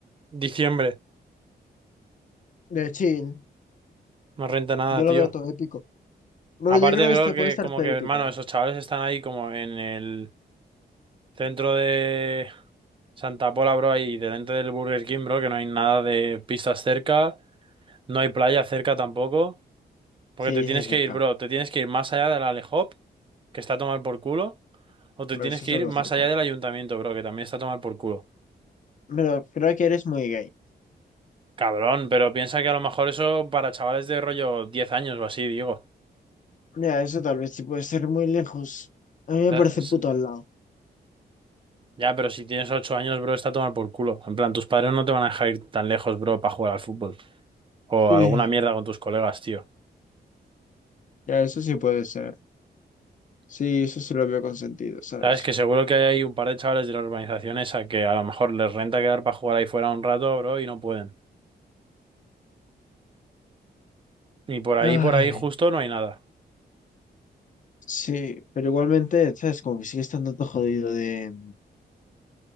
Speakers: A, on the right (about 30°); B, on the left (about 50°).
A: diciembre.
B: de chill.
A: No renta nada,
B: Yo lo
A: tío.
B: veo todo épico. Pero
A: Aparte,
B: yo creo
A: bro,
B: que esto
A: que
B: puede estar
A: como
B: todo
A: que,
B: épico.
A: hermano, esos chavales están ahí como en el centro de Santa Pola, bro, ahí delante del Burger King, bro, que no hay nada de pistas cerca. No hay playa cerca tampoco. Porque
B: Sí,
A: te tienes
B: sí, cerca.
A: que ir, bro. Te tienes que ir más allá del Alehop, que está a tomar por culo. O te
B: Pero
A: tienes
B: eso
A: que
B: está
A: ir
B: todo
A: más
B: cerca.
A: allá del ayuntamiento, bro, que también está a tomar por culo.
B: Pero creo que eres muy gay.
A: Cabrón, pero piensa que a lo mejor eso para chavales de rollo 10 años o así, digo. O
B: Mira, eso tal vez sí puede ser muy lejos. A mí me
A: sea,
B: parece
A: es-
B: puto al lado.
A: Ya, pero si tienes 8 años, bro, está a tomar por culo. En plan, tus padres no te van a dejar ir tan lejos, bro, para jugar al fútbol. O
B: Sí,
A: alguna mierda con tus colegas, tío.
B: ya, eso sí puede ser. Sí, eso sí lo veo con sentido, ¿sabes?
A: Sabes que seguro que hay ahí un par de chavales de la urbanización esa que a lo mejor les renta quedar para jugar ahí fuera un rato, bro, y no pueden. Y por ahí,
B: Ay,
A: por ahí justo no hay nada.
B: sí, pero igualmente, ¿sabes? Como que sigue estando todo jodido de...